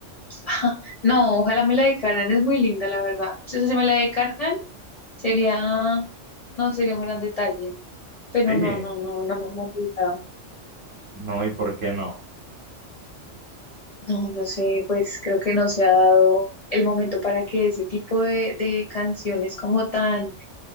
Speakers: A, on the left (about 50°); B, on the right (about 50°).
A: <laughs> No, ojalá me la dedicaran, es muy linda, la verdad. Si eso se me la dedicaran, sería, no, sería un gran detalle. Pero
B: Sí.
A: no, no, no, no me ha complicado.
B: No, ¿y por qué no?
A: No, no sé, pues creo que no se ha dado el momento para que ese tipo de, de canciones como tan